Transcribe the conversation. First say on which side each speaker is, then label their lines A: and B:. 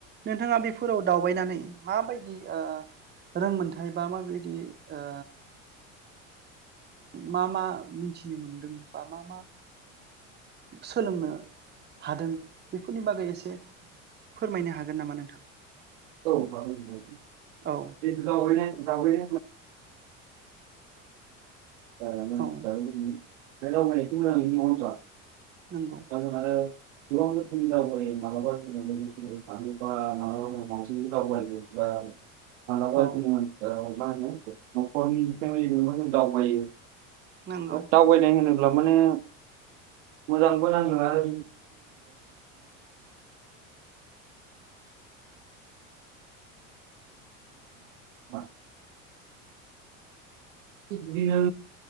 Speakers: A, on the right (about 25°); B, on the right (about 75°).
A: नोंथाङा बेफोराव दावबायनानै माबायदि ओ रोंमोनथायाइ बा माबायदि ओ मा मा मिथिनो मोनदों बा मा मा सोलोंनो हादों बेफोरनि बागै एसे फोरमायनो हागोन नामा नोंथां।
B: औ <unintelligible>
A: औ।
B: द द न <unintelligible> दा मानसिफोरा बोरै दा दावबायनायखौ
A: औ
B: मोजां नुयो नङा होमबा।
A: नंगौ।
B: जों आरो <unintelligible> बा माला बा
A: औ
B: जोङो ओ मा होनो नखरनि फेमिलिजोंबो जों दावबायो।
A: नंगौ
B: <unintelligible> दावबायनाय होनोब्ला माने मोजांबो नाङो आरो <unintelligible> <unintelligible> थिग बिदिनो